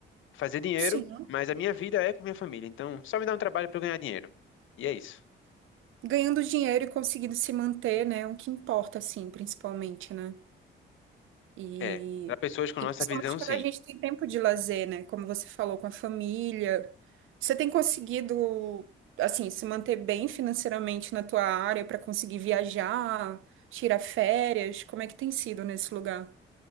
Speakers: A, on the left; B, on the right.
A: Fazer dinheiro,
B: Sim.
A: mas a minha vida é com minha família. Então, só me dá um trabalho para eu ganhar dinheiro. E é isso.
B: Ganhando dinheiro e conseguindo se manter, né? É o que importa, assim, principalmente, né? E,
A: É, para pessoas com
B: e
A: nossa
B: principalmente
A: visão, sim.
B: quando a gente tem tempo de lazer, né? Como você falou, com a família. Você tem conseguido, assim, se manter bem financeiramente na tua área para conseguir viajar, tirar férias? Como é que tem sido nesse lugar?